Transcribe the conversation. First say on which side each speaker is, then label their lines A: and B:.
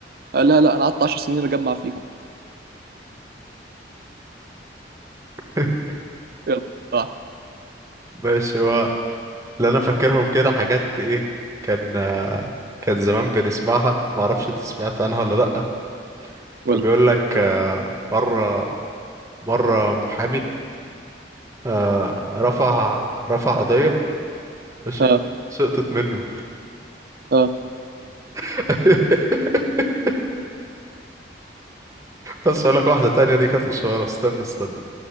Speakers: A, on the right (about 55°); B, on the right (about 15°).
A: قال لها لا انا قعدت 10 سنين اجمع فيكم
B: <laughs>
A: يلا آه.
B: ماشي هو اللي أنا فاكرهم كده حاجات إيه كان آه، كان زمان بنسمعها معرفش أنت سمعت عنها ولا لأ
A: قول
B: فبيقول
A: لي
B: لك آه، مرة مرة محامي آه، رفع رفع قضية ماشي
A: اه
B: سقطت منه
A: اه
B: <laughs> بس اقول لك واحده تانية دي كانت قصيره استنى استنى